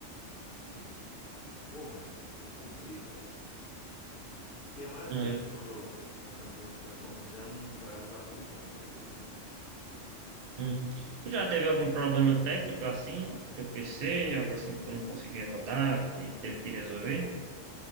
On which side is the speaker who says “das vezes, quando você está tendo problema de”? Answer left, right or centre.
Left